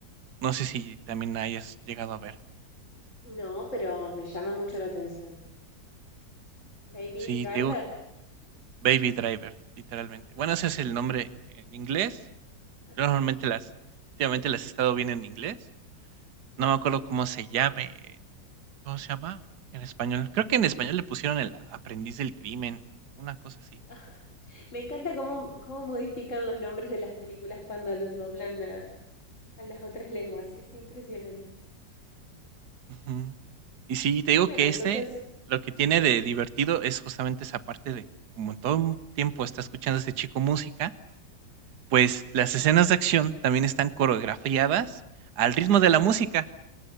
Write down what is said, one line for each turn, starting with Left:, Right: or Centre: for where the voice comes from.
Right: No sé si también la hayas llegado a ver.
Left: no, pero me llama mucho la atención. Baby
Right: Sí,
Left: Driver.
Right: te digo Baby Driver, literalmente. Bueno,
Left: Ajá,
Right: ese es el nombre en inglés.
Left: ajá.
Right: Yo normalmente las, últimamente las he estado viendo en inglés. No me acuerdo cómo se llame. ¿Cómo se llama? En español. Creo que en español le pusieron el aprendiz del crimen, una cosa así.
Left: <laughs> Me encanta cómo, cómo modifican los nombres de las películas cuando los doblan a las otras lenguas. Es impresionante.
Right: Ujú. Y sí, te digo
Left: Bueno,
Right: que
Left: entonces,
Right: este lo que tiene de divertido es justamente esa parte de que como en todo un tiempo está escuchando a este chico música, pues las escenas de acción también están coreografiadas al ritmo de la música.